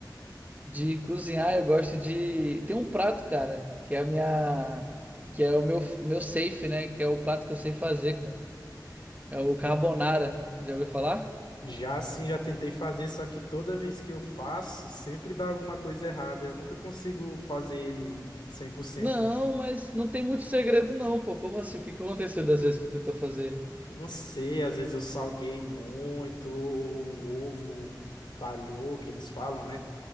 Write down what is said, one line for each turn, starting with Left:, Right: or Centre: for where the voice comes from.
Right: De cozinhar, eu gosto de. Tem um prato, cara, que é a minha. Que é o meu, meu safe, né? Que é o prato que eu sei fazer, cara. É o carbonara. Já ouviu falar?
Left: Já sim, já tentei fazer, só que toda vez que eu faço, sempre dá alguma coisa errada. Eu nunca consigo fazer ele cem por cento
Right: Não, mas não tem muito segredo, não, pô. Como assim? O que que aconteceu das vezes que tu tentou fazer?
Left: Não sei, às vezes eu salguei muito, ou o ovo talhou, que eles falam, né?